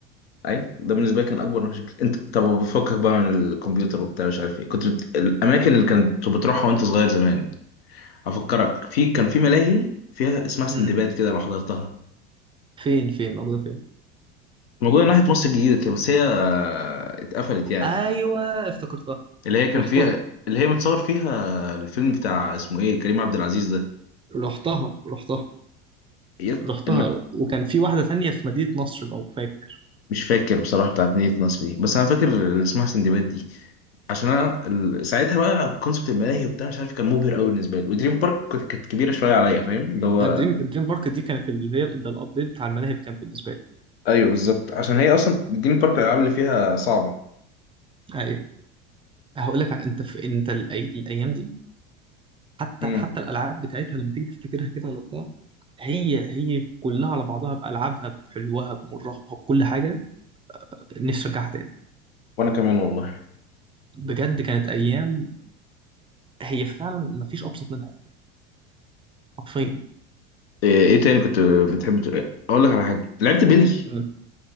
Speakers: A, on the left (about 90°); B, on the right (about 20°).
A: اي ده بالنسبة لي كان اكبر مشكلة انت طب بفكك بقى من الكمبيوتر وبتاع مش عارف ايه كنت بت... الاماكن اللي كنت بتروحها وانت صغير زمان هفكرك في كان في ملاهي فيها اسمها سندباد
B: امم
A: كده لو حضرتها
B: فين فين موجوده فين
A: موجودة ناحية مصر الجديدة كده بس هي آه، اتقفلت يعني
B: ايوه افتكرتها
A: اللي هي كان
B: رحتها
A: فيها اللي هي متصور فيها الفيلم بتاع اسمه ايه كريم عبد العزيز ده
B: رحتها رحتها
A: إيه؟
B: رحتها
A: الم...
B: وكان في واحده ثانيه في مدينه نصر لو فاكر
A: مش فاكر بصراحة بتاعت مدينة نصر دي بس أنا فاكر اللي اسمها سندباد دي عشان أنا ال... ساعتها بقى كونسبت الملاهي وبتاع مش عارف كان مبهر أوي بالنسبة لي ودريم بارك كنت- كانت كبيرة شوية عليا فاهم اللي هو
B: الدريم الدريم بارك دي كانت اللي هي ده الابديت بتاع الملاهي كان بالنسبه لي
A: أيوه بالظبط عشان هي أصلا دريم بارك الألعاب اللي فيها صعبة
B: ايوه هقول لك على- انت في انت الأي... الايام دي حتى
A: امم
B: حتى الالعاب بتاعتها لما تيجي تفتكرها كده ولا بتاع هي هي كلها على بعضها بألعابها بحلوها بمرها بكل حاجة نفسي أرجعها تاني
A: وأنا كمان والله
B: بجد كانت أيام هي فعلا مفيش أبسط منها حرفيا
A: ايه إيه تاني كنت بتحب ت- اقول لك على حاجه لعبت بيلي
B: مم.